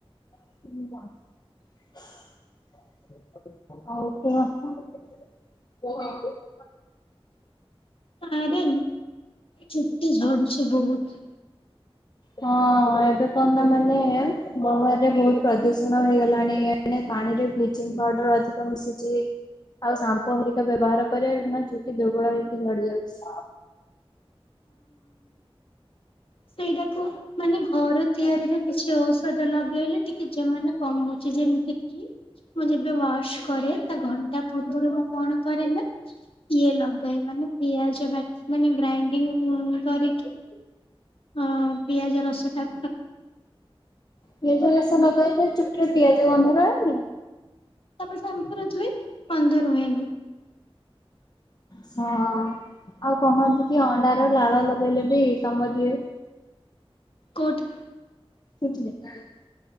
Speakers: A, on the left; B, on the left.
A: ହ ଆଉ କୁହ।
B: ଆରେ ଚୁଟି ଝଡ଼ୁଛି ବହୁତ।
A: ହଁ ଏବେ କଣ ନା ମାନେ, ବଙ୍ଗଳାରେ ବହୁତ ପ୍ରଦୂଷଣ ହେଇଗଲାଣି ମାନେ ପାଣିରେ ବ୍ଲିଚିଂ ପାଉଡର ଅଧିକ ମିଶିଚି ଆଉ ଶାମ୍ପୁ ହେରିକା ବ୍ୟବହାର କରିଆରୁ ନା ଚୁଟି ଦୁର୍ବଳ ହେଇକି ଝଡି ଯାଉଛି।
B: ସେଇଟାକୁ ମାନେ ଘର ତିଆରିରେ କିଛି ଔଷଧ ଲଗେଇଲେ ଟିକେ ଜ ମ କମଉଛି ଯେମିତି କି ମୁଁ ଯେବେ ୱାଶ କରେ ତା ଘଣ୍ଟା ପୂର୍ବରୁ ମୁଁ କଣ କରେ ନା ଇଏ ଲଗାଏ ମାନେ ପିଆଜ ବା ମାନେ ଗ୍ରାଇଣ୍ଡିଙ୍ଗ କରିକି ହଁ ପିଆଜ ରସ ଟା
A: ପିଆଜ ରସା ଲଗେଇଲେ ଚୁଟିରେ ପିଆଜ ଗନ୍ଧ ଦବନି।
B: ସବ ସମ୍ପୁର ଦୁଏ ବନ୍ନ୍ଦ ରୁହେନି।
A: ହଁ ଆଉ କହନ୍ତି କି ଅଣ୍ଡାର ଲାଳ ଲଗେଇଲେ ବିଇ କାମ ଦିଏ।
B: କୋଉଠି?
A: <inaudible>